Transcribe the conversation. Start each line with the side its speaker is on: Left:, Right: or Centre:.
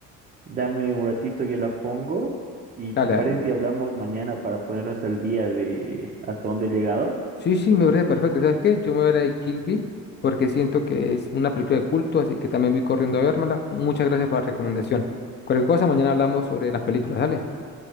Right: Dame un ratito, yo la pongo. ¿Y
Left: Dale,
Right: te parece
Left: dale.
Right: si hablamos mañana para ponernos al día de hasta dónde he llegado?
Left: sí, sí, me parece perfecto. ¿Sabes qué? Yo me voy a ver la de Kill Bill porque siento que es una película de culto, así que también voy corriendo a vérmela. Muchas gracias por la recomendación. Cualquier cosa, mañana hablamos sobre las películas. Dale.